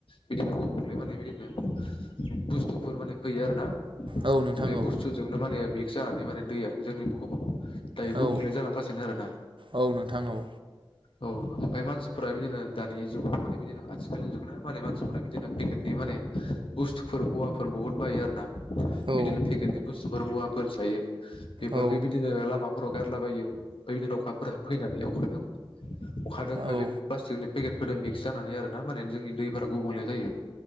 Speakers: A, on the left (about 70°); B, on the right (about 65°).
A: बिदिनो गुबुंलेबानायो बिदिनो बुस्थुफोर माने फैयो आरो ना
B: औ नोंथां
A: बे
B: औ
A: बुस्थुजोंनो माने मि जानानै माने दैया जोंनि बुहुमाव दायो गुबुंले
B: औ
A: जालांगासिनो आरोना।
B: औ नोंथां औ
A: औ ओमफाय मानसिफोरा बिदिनो दानि जुगाव माने बिदिनो आथिखालनि जुग ना माने मानस सिफोरो बिदिनो बेगेटनि माने बुस्थुफोर मुवाफोर बुहुत बायो आरो ना
B: औ
A: बिदिनो पेकेटनि बुस्थुफोर मुवाफोर जायो बेफोरखो
B: औ
A: बिदिनो लामाफोराव गार लाबायो हैदिनो अखाफोर फैनानै अखादों अखादों ओमफाय
B: औ
A: बे प्लास्टिकनि पेकेटफोरजों मिक्स जानानै आरोना माने जोंनि दैफोरा गुबुंले जायो।